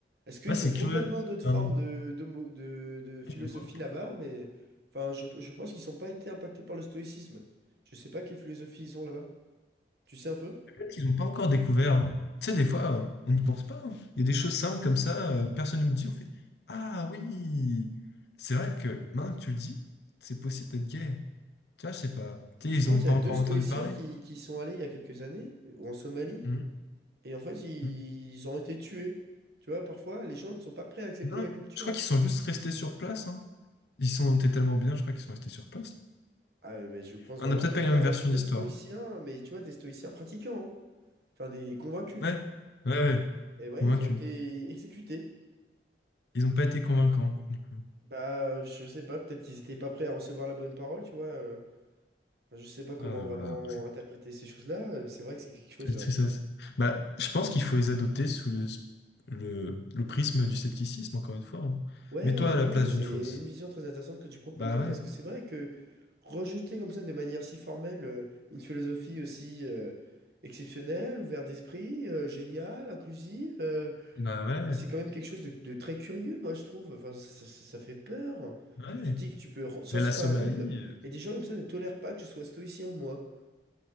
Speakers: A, on the right; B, on the left.
A: Est-ce qu'ils
B: ouais, c'est
A: ont
B: curieux.
A: complètement d'autres
B: Enfin,
A: formes de, d'homo- de, de philosophie
B: je me demande pourquoi.
A: là-bas? Mais, enfin, je, je pense qu'ils n'ont pas été impactés par le stoïcisme. Je sais pas quelle philosophie ils ont là-bas. Tu sais un peu?
B: Peut-être qu'ils n'ont pas encore découvert. hein. Tu sais, des fois, euh, on n'y pense pas. hein. Il y a des choses simples comme ça, euh, personne ne nous le dit. On fait Ah oui! C'est vrai que maintenant que tu le dis, c'est possible d'être gay. Tu vois, je sais pas. Tu
A: Je
B: sais,
A: crois
B: ils n'ont
A: qu'il
B: pas
A: y a deux
B: encore
A: stoïciens
B: entendu parler.
A: qui, qui sont allés il y a quelques années, ou en Somalie.
B: Mhm,
A: Et en fait, ils,
B: mhm.
A: ils ont été tués. Tu vois, parfois, les gens ne sont pas prêts à accepter
B: Non,
A: la culture.
B: je crois
A: hein.
B: qu'ils sont juste restés sur place. hein. Ils sont étaient tellement bien, je crois qu'ils sont restés sur place.
A: Ah, euh, mais ben, je pense
B: On
A: vraiment
B: n'a peut-être
A: qu'il
B: pas
A: y
B: eu
A: a
B: la même version
A: deux
B: d'histoire.
A: stoïciens, mais tu vois, des stoïciens pratiquants, hein. Enfin, des convaincus.
B: Ouais, ouais, ouais.
A: Et ouais,
B: Convaincu.
A: ils ont été exécutés.
B: Ils n'ont pas été convaincants, du coup.
A: Bah, je sais pas, peut-être qu'ils étaient pas prêts à recevoir la bonne parole, tu vois. euh. Enfin, je sais pas comment
B: Ah là
A: vraiment
B: là,
A: interpréter ces choses-là. euh, mais C'est vrai que c'est quelque chose.
B: quelle tristesse.
A: euh,
B: Bah, je pense qu'il faut les adopter sous le, le, le prisme du scepticisme, encore une fois. hein.
A: Ouais,
B: Mets-toi
A: ouais,
B: à la place
A: c'est
B: d'une fausse.
A: une vision très intéressante que tu proposes,
B: Bah
A: hein,
B: ouais,
A: parce que c'est vrai que rejeter comme ça de manière si formelle euh, une philosophie aussi euh, exceptionnelle, ouverte d'esprit, euh, géniale, inclusive, euh,
B: bah ouais,
A: enfin, c'est quand même quelque chose de, de très curieux, moi je trouve. Enfin, ça, ça- ça fait peur.
B: ouais.
A: Tu te dis que tu peux re- sortir
B: Mais la Somalie,
A: dans la rue et des gens comme ça ne tolèrent pas que je sois stoïcien, moi.